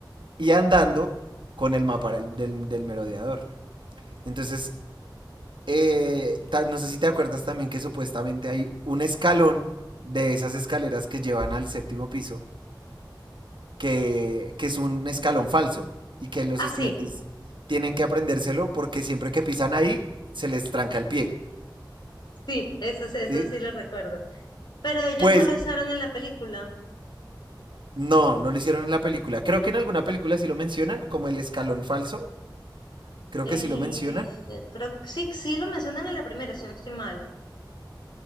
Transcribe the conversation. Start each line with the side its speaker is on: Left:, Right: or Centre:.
Right: y andando con el mapa del, del- del merodeador. Entonces, eh, ta- no sé si te acuerdas también que supuestamente hay un escalón de esas escaleras que llevan al séptimo piso que, que es un escalón falso y que los
Left: Ah,
Right: estudiantes
Left: sí,
Right: tienen que aprendérselo porque siempre que pisan ahí se les tranca el pie.
Left: sí, eso, sí- eso
Right: ¿sí?
Left: sí lo recuerdo. Pero ellos
Right: Pues
Left: no lo usaron en la película.
Right: no, no lo hicieron en la película. Creo que en alguna película sí lo mencionan, como el escalón falso. Creo
Left: Eh,
Right: que sí lo mencionan.
Left: creo que sí, sí lo mencionan en la primera, si no estoy mal,